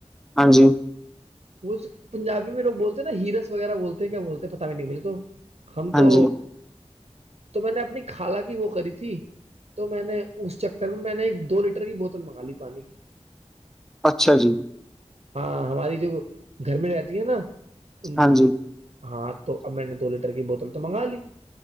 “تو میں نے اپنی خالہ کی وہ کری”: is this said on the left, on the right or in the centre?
Right